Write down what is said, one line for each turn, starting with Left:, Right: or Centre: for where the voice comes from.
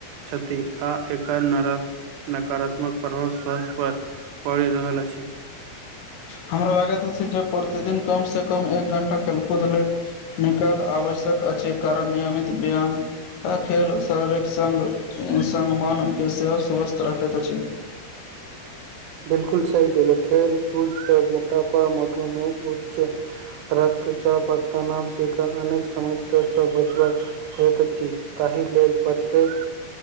Right: छथि आ एकर नरक नकारात्मक प्रभाव स्वथ पर पड़ि रहल अछि
Left: हमरा लागैत अछि जे प्रतिदिन कम से कम एक घं्टा खेलकूद लेल निकल आबै छै अछि कारण नियमित व्यायाम ह खेल शारीरिक सङ सङ्ग मोन सेहो स्वस्थ रखैत अछि
Right: बिलकुल सही कहेलक खेल कूद मोटापा मधुमेह उच्च रक्तचाप आ तनाव जकाँ अनेक समस्या से बचबाका होइत अछि ताहि लेल प्रत्येक